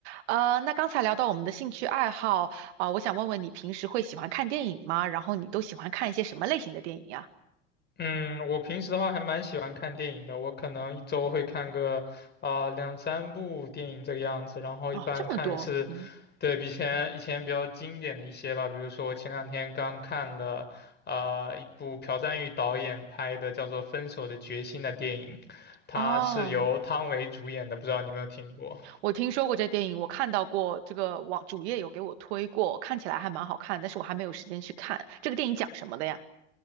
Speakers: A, on the right (about 60°); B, on the left (about 25°).
A: 呃，那刚才聊到我们的兴趣爱好，啊、我想问问你平时会喜欢看电影吗？然后你都喜欢看一些什么类型的电影啊？
B: 嗯，我平时的话还蛮喜欢看电影的，我可能一周会看个啊、两三部电影这个样子，然后一般看的是，
A: 哦，这么多，嗯，
B: 对，比以前以前比较经典的一些吧，比如说我前两天刚看了啊、一部朴赞郁导演拍的叫做《分手的决心》的电影，它是由汤唯主演的，
A: 哦，
B: 不知道你有没有听过？
A: 我听说过这电影，我看到过这个网主页有给我推过，看起来还蛮好看，但是我还没有时间去看。这个电影讲什么的呀？